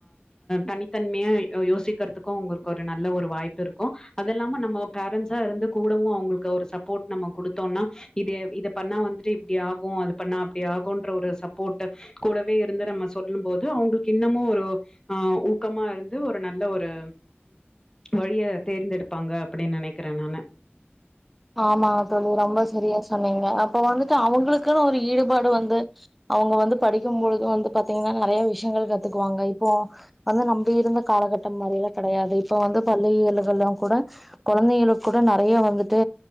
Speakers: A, on the left; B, in the centre.
A: தனித்தன்மையா யோசிக்கிறதுக்கும் அவங்களுக்கு ஒரு நல்ல ஒரு வாய்ப்பு இருக்கும் அது இல்லாம நம்ம பேரன்ஸ் இருந்து கூடவும் அவங்களுக்கு ஒரு சப்போர்ட் நம்ம குடுத்தோம்னா இத இத பண்ணா வந்துட்டு இப்படி ஆகும் அது பண்ணா அப்படி ஆகும் ஒரு சப்போர்ட் கூடவே இருந்து நம்ம சொல்லும் போது அவங்களுக்கு இன்னமும் ஒரு ஆஹ் ஊக்கமா இருந்து ஒரு நல்ல ஒரு வழிய தேர்ந்தெடுப்பாங்க அப்படின்னு நினைக்கிறேன் நானு
B: ஆமா ரொம்ப சரியா சொன்னீங்க அப்ப வந்துட்டு அவங்களுக்குன்னு ஒரு ஈடுபாடு வந்து அவுங்க வந்து படிக்கும்பொழுது வந்து பாத்தீங்கின்னா நெறைய விஷயங்கள் கத்துக்குவாங்க இப்போ வந்து நம்பு இருந்த காலகட்டம் மாரியெல்லாம் கெடையாது இப்ப வந்து பள்ளி எல்லுகளா கூட கொழந்திகளுக் த்து